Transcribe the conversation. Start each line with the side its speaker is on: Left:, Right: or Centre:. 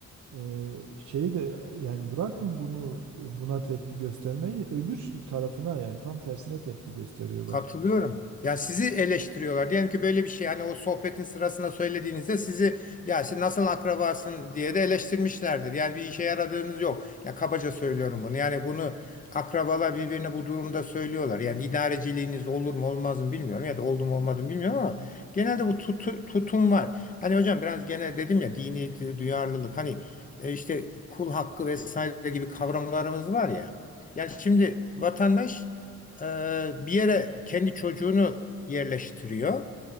Right: e, şey de yani bırakın bunu buna tepki göstermeyi öbür tarafına yani tam tersine tepki gösteriyorlar.
Left: katılıyorum. Ya sizi eleştiriyorlar. Diyelim ki böyle bir şey hani o sohbetin sırasında söylediğinizde sizi ya siz nasıl akrabasın diye de eleştirmişlerdir. Yani bir işe yaradığınız yok. Ya kabaca söylüyorum bunu. Yani bunu akrabalar birbirine bu durumda söylüyorlar. Yani idareciliğiniz olur mu olmaz mı bilmiyorum ya da oldu mu olmadı mı bilmiyorum ama genelde bu tutu- tutum var. Hani hocam biraz genel dedim ya dini duyarlılık hani e, işte kul hakkı vesaire gibi kavramlarımız var ya. Yani şimdi vatandaş e, bir yere kendi çocuğunu yerleştiriyor.